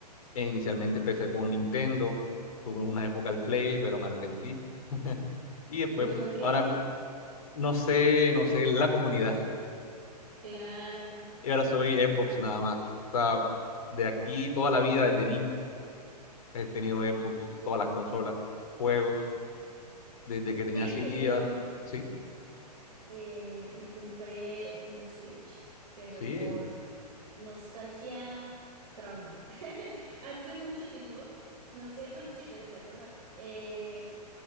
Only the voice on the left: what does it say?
e inicialmente empecé con Nintendo, tuve una época al Play, pero me arrepentí. <laughs> Y después,
ahora m- no sé, no sé, la comunidad.
Y ahora soy Xbox nada más. O sea, de aquí toda la vida desde niño he tenido Xbox, todas las consolas, juegos, desde que tenía
CD,
ahora- ¿sí?
Sí,